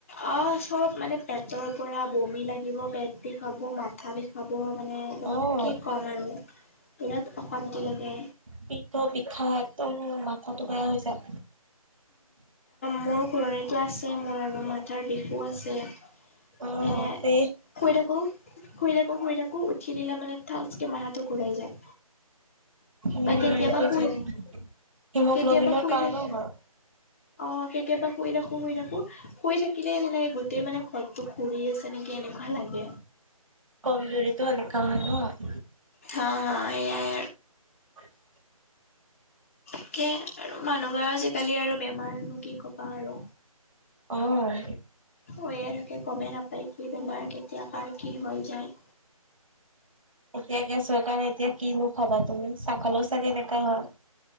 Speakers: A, on the left; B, on the right.
A: অ চব মানে পেটৰ পৰা বমি লাগিব পেট বিষাব মাথা বিষ বিষাব মানে তোমাক
B: অ',
A: কি ক'ম আৰু বিৰাট অশান্তি লাগে
B: পেটো বিষাই একদম মাথাটো বেয়া হৈ যায়
A: মূৰ ঘুৰণীতো আছে মোৰ আৰু মাথাৰ বিষু আছে
B: অ',
A: এ
B: তে
A: শুই থাকো শুই থাকো শুই থাকো উঠি দিলে মানে থাচকে মাথাটো ঘূৰাই যায়
B: উম,
A: বা কেতিয়াবা শুই
B: হিমোগ্ল'বিনৰ
A: কেতিয়াবা শুই
B: কাৰণেও
A: থাকি
B: হয়।
A: অ কেতিয়াবা শুই থাকো শুই থাকো শুই থাকি থাকিলে তেনেকে গোটেই মানে ঘৰটো ঘূৰি আছে নেকি এনেকুৱা লাগে
B: কমজোৰিটো এনেকা হয় ন
A: হা হা এয়াই
B: <unintelligible>
A: তাকে আৰু মানুহবোৰৰ আজিকালি আৰু বেমাৰ কি ক'বা আৰু
B: অ'।
A: হৈয়ে থাকে গমেই নাপায় কি বেমাৰ কেতিয়া কাৰ কি হৈ যায়
B: এতিয়া গেছৰ কাৰণে এতিয়া কি নো খাবা তুমি চাহ খালেও চাগে এনেকা হয়